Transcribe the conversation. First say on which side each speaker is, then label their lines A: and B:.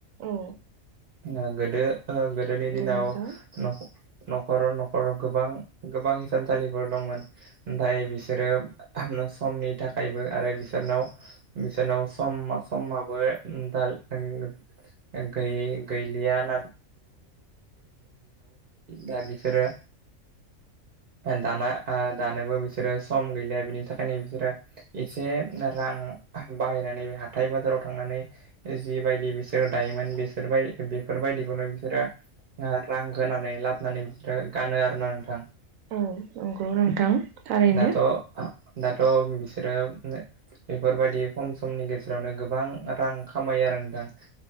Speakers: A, on the right; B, on the right.
A: औ
B: ओ गोदो ओ गोदोनि
A: नंगौ
B: दिनाव
A: नोंथां।
B: नख नख न'खराव न'खराव गोबां गोबां हिसानलिफोर दंमोन नओमथा बिसोरो समनि थाखायबो आरो बिसोरनाव बिसोरनाव सम समाबो <unintelligible> गै गैलिया। <unintelligible> दा बेफोरो।
A: <unintelligible>
B: दाना दानोबो बिसोरो सम गैलिया बिनि थाखायनो बिसोरो एसे रां बाहायनानै बे हाथाय बाजाराव थांनानै जिबायायदि बिसोरो दायोमोन बिसोरबाय बेफोरबायदिखौनो बिसोरो रां होनानै लाबोनानै बिसोरो गानो आरो ना नोंथां
A: औ नंगौ नोंथां थारैनो।
B: दाथ दाथ बिसोर उम बेफोरबायदि खम समनि गेजेरावनो गोबां रां खामायो आरो नोंदां